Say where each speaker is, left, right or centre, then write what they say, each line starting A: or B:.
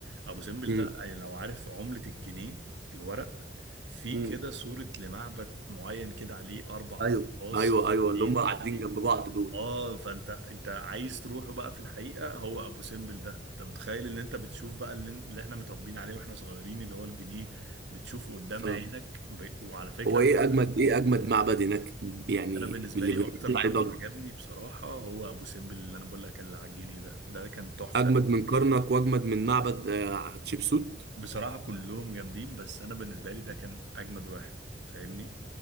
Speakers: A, on the right (about 80°); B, on the right (about 60°).
A: ابو سمبل
B: امم
A: ده أي لو عارف عملة الجنيه الورق في
B: امم
A: كده صورة لمعبد معين كده عليه اربع
B: ايوه
A: اشخاص
B: ايوه
A: قاعدين
B: ايوه اللي هم قاعدين جنب بعض دول
A: اه فانت انت عايز تروحه بقى في الحقيقة هو ابو سمبل ده انت متخيل ان انت بتشوف بقى اللي, اللي احنا متربيين عليه واحنا صغيرين اللي هو الجنيه بتشوفه قدام
B: فاهم
A: عينك ب... وعلى فكرة
B: هو ايه اجمد ايه اجمد معبد هناك يعني
A: انا بالنسبه
B: اللي
A: لي
B: بيعملوا
A: اكتر معبد
B: عليه ضجة
A: عجبني بصراحه هو ابو سمبل اللي انا بقول لك اللي على الجنيه ده ده كان تحفه
B: اجمد من كرنك واجمد من معبد آه، حتشبسوت
A: بصراحه كلهم جامدين بس انا بالنسبه لي ده كان اجمد واحد فاهمني